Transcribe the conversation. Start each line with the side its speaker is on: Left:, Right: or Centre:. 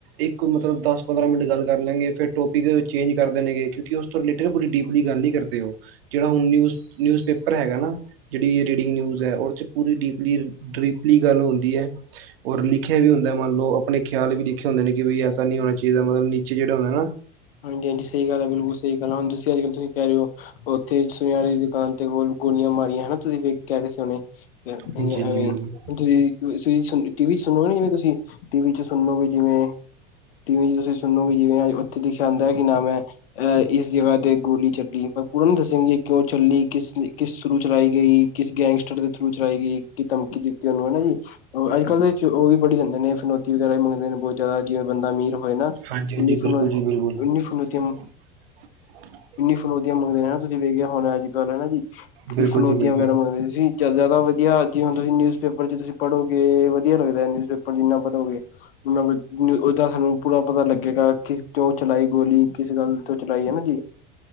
Right: ਇੱਕ ਮਤਲਬ ਦਸ, ਪੰਦਰਾਂ ਮਿੰਟ ਗੱਲ ਕਰ ਲਾਂਗੇ ਫਿਰ ਟੋਪਿਕ ਚੇਂਜ ਕਰ ਦੇਨਗੇ। ਕਿਉਂਕਿ ਉਸਤੋਂ ਰਿਲੇਟੀਡ ਪੂਰੀ ਡੀਪਲੀ ਗੱਲ ਨੀ ਕਰਦੇ ਉਹ। ਜਿਹੜਾ ਹੁਣ ਨਿਊਜ਼, ਨਿਊਜ਼ ਪੇਪਰ ਹੈਗਾ ਨਾ ਜਿਹੜੀ ਰੀਡਿੰਗ ਨਿਊਜ਼ ਹੈ, ਉਹਦੇ ਚ ਪੂਰੀ ਡੀਪਲੀ ਡਰੀਪਲੀ ਗੱਲ ਹੁੰਦੀ ਹੈ। ਔਰ ਲਿਖਿਆ ਵੀ ਹੁੰਦਾ ਮੰਨ ਲਓ, ਆਪਣੇ ਖਿਆਲ ਵੀ ਲਿਖੇ ਹੁੰਦੇ ਨੇ ਕਿ ਵੀ ਐਸਾ ਨਹੀਂ ਹੋਣਾ ਚਾਹੀਦਾ, ਮਤਲਬ ਨੀਚੇ ਜਿਹੜਾ ਹੁੰਦਾ ਹੈ ਨਾ
Left: ਹਾਂਜੀ, ਹਾਂਜੀ ਸਹੀ ਗੱਲ ਹੈ। ਬਿਲਕੁਲ ਸਹੀ ਗੱਲ ਹੈ। ਹਾਂਜੀ ਤੁਸੀ ਅਜਕਲ ਤੁਸੀ ਕਹਿ ਰਹੇ ਹੋ ਉਥੇ ਸੁਨਿਆਰੇ ਦੀ ਦੁਕਾਨ ਤੇ ਕੋਲ ਗੋਲੀਆਂ ਮਾਰੀਆਂ ਹਨਾ, ਤੁਸੀ ਵੇਖ ਕੇ ਆ ਰਹੇ ਸੀ ਹੁਣੇ। <inaudible>
Right: ਹਾਂਜੀ ਹਾਂਜੀ
Left: ਐਵੇਂ
Right: ਬਿਲਕੁਲ
Left: ਹੁਣ ਤੁਸੀਂ ਤੁਸੀ ਸੁਣ ਟੀ-ਵੀ ਚ ਸੁਣੋਗੇ ਜਿਵੇਂ ਤੁਸੀ ਟੀ-ਵੀ ਚ ਸੁਣ ਲੋ ਗੇ ਜਿਵੇ ਟੀ ਵੀ 'ਚ ਤੁਸੀ ਸੁਣੋ ਵੀ ਜਿਵੇਂ ਉਥੇ ਲਿਖਿਆ ਹੁੰਦਾ ਕਿ ਨਾ ਮੈ ਅਹ ਇਸ ਜਗ੍ਹਾ ਤੇ ਗੋਲੀ ਚੱਲੀ, ਪਰ ਪੂਰਾ ਨੀ ਦੱਸਣਗੇ ਕਿਉ ਚੱਲੀ, ਕਿਸ ਕਿਸਨੂੰ ਚਲਾਈ ਗਈ। ਇਸਕੇ ਐਕਸਟਡ ਦੇ ਥਰੂ ਚਲਾ ਗ ਬੰਦਾ ਅਮੀਰ ਹੋਏ ਨਾ ਅੱਜਕਲ ਜਾਂਦੇ ਨੇ ਬਹੁਤ ਜਿਆਦਾ ਜੇ ਬੰਦਾ ਅਮੀਰ ਹੋਏ ਨਾ
Right: ਹਾਂਜੀ ਹਾਂਜੀ
Left: ਉਨੀ ਫਨੋ
Right: ਬਿਲਕੁਲ ਜੀ
Left: ਉਨੀ
Right: <inaudible>
Left: ਫਨੋਤੀਆਂ ਇੰਨੀ ਫਰੋਤੀਆਂ ਮੰਗਦੇ ਨੇ ਹਨਾ ਤੁਸੀਂ ਵੇਖਿਆ ਹੋੁਣ ਅੱਜ ਕੱਲ੍ਹ ਹਨਾ ਜੀ ਕਿ
Right: ਬਿਲਕੁਲ
Left: ਫਰੋਤੀਆਂ
Right: ਜੀ ਬਿਲਕੁਲ
Left: ਵਗੈਰਾ ਮੰਗਦੇ ਤੁਸੀਂ ਜਿਆਦਾ ਵਧੀਆ ਜੀ ਨਿਊਜ਼ ਪੇਪਰ ਚ ਤੁਸੀਂ ਪੜੋਗੇ ਵਧੀਆ ਲੱਗਦਾ ਨਿਊ ਪੇਪਰ ਜਿੰਨਾ ਪਤਾ ਮਤਲਬ ਉਹਦਾ ਸਾਨੂੰ ਪੂਰਾ ਪਤਾ ਲੱਗੇਗਾ ਕਿ ਕਿਉਂ ਚਲਾਈ ਗੋਲੀ? ਕਿਸ ਗੱਲ ਤੋਂ ਚਲਾਈ? ਹੈਨਾ ਜੀ,